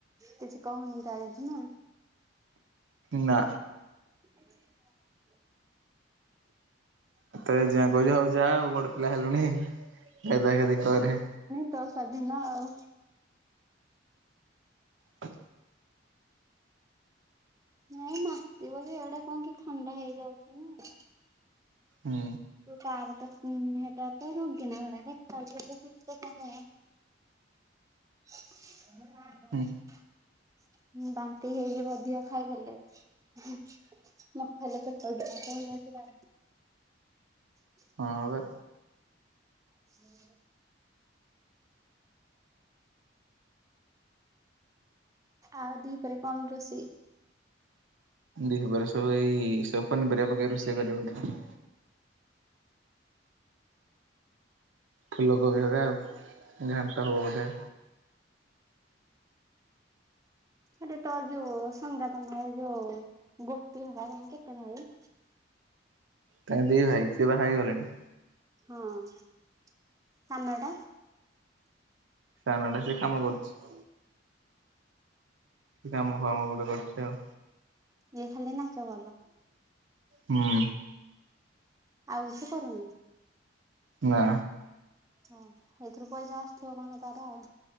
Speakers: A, on the right (about 20°); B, on the right (about 85°).
A: କିଛି କହୁନି ତା ଜେଜେମା?
B: ନା।
A: ହୁଁ
B: ତା ଜେଜେମା କହୁଛି ହଉ ଯା ଆଉ ବଡ ପିଲା ହେଲୁଣି ଗାଧା ଗାଧି କରେ।
A: ତ ସ୍ୱାଧୀନ ଆଉ
B: ହ
A: ନାଇଁ ମାତିିବ ଏଗୁଡ଼ାକ କଣ କି ଥଣ୍ଡା ହେଇଯାଉଛି ନା
B: ହୁଁ।
A: ତୁ କାର ତ ହେଇଟା ତ ରୋଗୀନା ଗୁଡା ଦେଖା ଯାଉଛି ଗୋଟେ <unintelligible> ଧ
B: ହୁଁ
A: ହୁଁ ବାନ୍ତି ହେଇକି ବଧିକ ଖାଇଦେଲେ। ହୁଁ। ନ ଖାଇଲେ ପେଟ ଦରଜ ହେଇଯାଉଛି ରା ହ
B: ହଁ ବା
A: ହୁଁ ଆଉ ଦିହିପରେ କଣ ରୋଷେଇ?
B: ଦିହିପହରେ ସବୁ ଏଇ ସବୁ ପନିପରିବା ପକେଇକି ରୋଶେଇ କରିବ ବୋଧେ ଫୁଲକୋବି ହକା ଆଉ ଘାଣ୍ଟ ହବ ବୋଧେ?
A: ଆରେ ତ ଯୁ ସଙ୍ଗାତ ମା ଯୋଉ ଗୋପୀ ହେକା ତାଙ୍କେ କେତେ ଭାଇ?
B: ତଙ୍କେ ଦି ଭାଇ ସେ ବାହା ହେଇଗଲେଣି।
A: ହଁ ସାନ ଟା?
B: ସାନ ଟା ସେ କାମ କରୁଛି। କାମ ଫାମ ଗୋଟେ କରୁଛି ଆଉ।
A: ଇଏ ଖାଲି ନାଚ କଲ୍।
B: ହୁଁ।
A: ଆଉ କିଛି କରୁନି?
B: ନା।
A: ହଁ ଏଥିରୁ ପଇସା ଆସୁଥିବ କଣ ତାର ଆଉ।